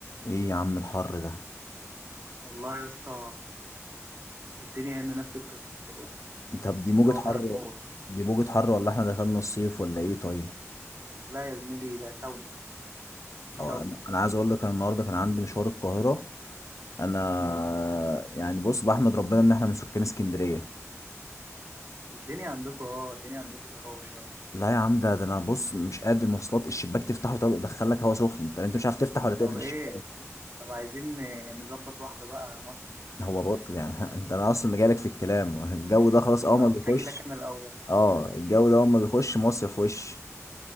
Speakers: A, on the left; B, on the right.
A: ايه يا عم الحر ده
B: والله يا اسطى الدنيا هنا نفس القصة برضه
A: طب دي موجة
B: جو
A: حر
B: حر موت
A: دي موجة حر ولا احنا دخلنا الصيف ولا ايه طيب
B: لا يا زميلي ده ساونا دي ساونا
A: اه انا انا عايز اقول لك انا النهارده كان عندي مشوار القاهرة انا
B: امم
A: يعني بص بحمد ربنا ان احنا من سكان اسكندرية
B: الدنيا عندكم اه الدنيا عندكم طراوة شوية
A: لا يا عم ده ده انا بص مش قادر المواصلات الشباك تفتحه يطلع- يدخلك هوا سخن طب انت مش عارف تفتح ولا تقفل
B: طب ايه
A: الشباك
B: طب عايزين آه، نظبط واحدة بقى مصيف
A: هو بص يعني <laughs> انت انا اصلا جايلك في الكلام الجو ده خلاص
B: ما
A: اول
B: انا
A: ما بيخش
B: قلت اجي لك انا الاول
A: اه الجو ده اول ما بيخش مصيف وش